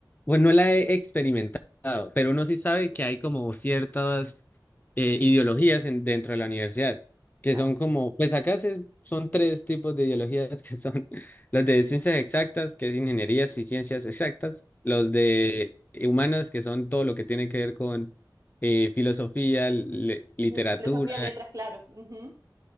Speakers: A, on the left; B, on the right.
A: bueno no la he experimentado, pero uno sí sabe que hay como ciertas eh, ideologías en- dentro de la universidad, que
B: Claro,
A: son como, pues acá se- son tres tipos de ideologías que son <laughs> los de ciencias exactas, que es ingenierías y ciencias exactas,
B: sí.
A: los de humanos, que son todo lo que tiene que ver con eh, filosofía, le- literatura,
B: L- Filosofía, letras, claro. Ujú,